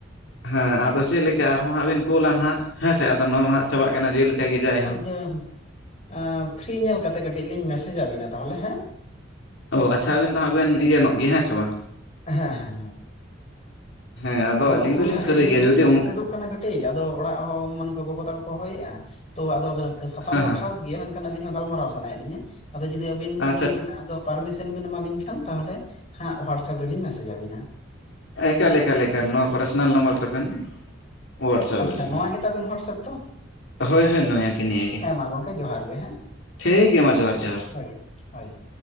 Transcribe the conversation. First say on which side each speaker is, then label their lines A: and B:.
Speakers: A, on the left; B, on the left.
A: ᱦᱮᱸ ᱟᱫᱚ ᱪᱮᱫ ᱞᱮᱠᱟ ᱟᱨᱦᱚᱸ ᱦᱟᱸᱜ ᱵᱤᱱ ᱠᱳᱞᱼᱟ ᱱᱷᱟᱸᱜ ᱦᱮᱸᱥᱮ ᱟᱫᱚ ᱱᱚᱣᱟ ᱢᱟ ᱦᱟᱸᱜ ᱪᱟᱵᱟᱜ ᱠᱟᱱᱟ ᱡᱮᱞᱮᱠᱟ ᱜᱮ ᱡᱟᱭ ᱦᱩ-
B: ᱮᱢ, ᱮᱸ ᱯᱷᱤᱨᱤ ᱧᱮᱞ ᱠᱟᱛᱮ ᱠᱟᱹᱴᱤᱡ ᱞᱤᱧ ᱢᱮᱥᱮᱡᱽ ᱟᱹᱵᱤᱱᱟ ᱛᱟᱦᱚᱞᱮ ᱦᱮᱸ?
A: ᱚ ᱟᱪᱪᱷᱟ ᱟᱵᱮᱱ ᱫᱚ ᱦᱟᱸᱜ ᱵᱮᱱ ᱤᱭᱟᱹ ᱱᱚᱜ ᱜᱮ ᱦᱮᱸ ᱥᱮ ᱵᱟᱝ?
B: ᱦᱮᱸ ᱦᱮᱸ ᱦᱮᱸ
A: ᱦᱮᱸ
B: ᱟᱫᱚ
A: ᱟᱹᱞᱤᱧ
B: ᱜᱚᱝᱠᱮ
A: ᱫᱚᱞᱤᱧ
B: ᱦᱟᱸᱜ
A: ᱯᱷᱤᱨᱤ
B: ᱱᱤᱭᱟᱹ
A: ᱜᱮᱭᱟ
B: ᱜᱷᱟᱹᱲᱤᱡ
A: ᱡᱩᱫᱤ
B: ᱫᱚ
A: ᱚᱱᱠᱟ
B: ᱠᱮᱪᱮᱫᱚᱜ ᱠᱟᱱᱟ ᱠᱟᱹᱴ ᱠᱟᱹᱴᱤᱡ ᱟᱫᱚ ᱚᱲᱟᱜ ᱦᱚᱸ ᱢᱟᱱᱮ ᱜᱚᱜᱚ ᱛᱟᱠᱚᱠᱚ ᱦᱚᱭᱮᱜᱼᱟ ᱛᱚ ᱟᱫᱚ ᱥᱟᱛᱟᱢ
A: ᱦᱮᱸ
B: ᱫᱚ
A: ᱦᱮᱸ
B: ᱠᱷᱟᱥ ᱜᱮᱭᱟ ᱢᱮᱱ ᱠᱷᱟᱱ ᱟᱹᱞᱤᱧ ᱦᱚᱸ ᱜᱟᱞᱢᱟᱨᱟ-ᱣ ᱥᱟᱱᱟᱭᱮᱫ ᱞᱤᱧᱟ ᱟᱫᱚ ᱡᱩᱫᱤ ᱟᱹᱵᱤᱱ
A: ᱟᱪᱪᱷᱟ
B: ᱵᱤᱱ ᱟ ᱯᱟᱨᱢᱤᱥᱚᱱ ᱵᱤᱱ ᱮᱢᱟᱞᱤᱧ ᱠᱷᱟᱱ ᱛᱟᱦᱚᱞᱮ ᱦᱟᱸᱜ ᱦᱳᱣᱟᱴᱥᱮᱯ ᱨᱮᱞᱤᱧ ᱢᱮᱥᱮᱡᱽ ᱟᱹᱵᱤᱱᱟ ᱾
A: ᱮᱠᱟᱞᱮ ᱮᱠᱟᱞ ᱮᱠᱟᱞ ᱱᱚᱣᱟ ᱯᱟᱨᱥᱚᱱᱟᱞ ᱱᱟᱢᱵᱟᱨ ᱨᱮᱵᱮᱱ ᱦᱳᱣᱟᱴᱥᱮᱯ
B: ᱟᱪᱪᱷᱟ
A: ᱟᱹᱞᱤᱧᱟ
B: ᱱᱚᱣᱟ ᱜᱮ ᱛᱟᱵᱮᱱ ᱦᱳᱣᱟᱴᱥᱮᱯ ᱛᱚ?
A: ᱦᱳᱭ ᱦᱳᱭ ᱱᱚᱭᱟ ᱜᱮ ᱱᱤᱭᱟᱹ ᱜᱮ
B: ᱦᱮᱸ ᱢᱟ ᱜᱚᱝᱠᱮ ᱡᱚᱦᱟᱨ ᱜᱮ ᱦᱮᱸ
A: ᱴᱷᱤᱠ ᱜᱮᱭᱟ ᱢᱟ ᱡᱚᱦᱟᱨ ᱡᱚᱦᱟᱨ
B: ᱦᱳᱭ ᱾ ᱦᱳᱭ ᱾